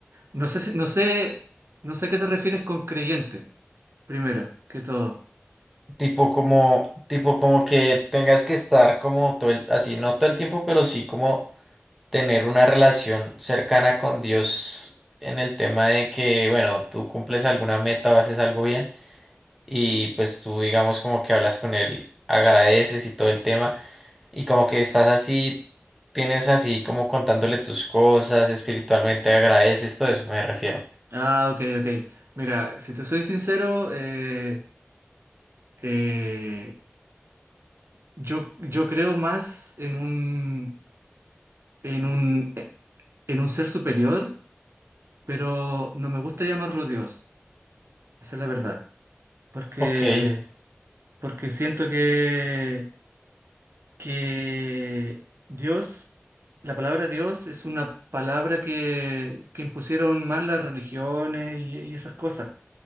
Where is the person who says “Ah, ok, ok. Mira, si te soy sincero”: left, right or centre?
Right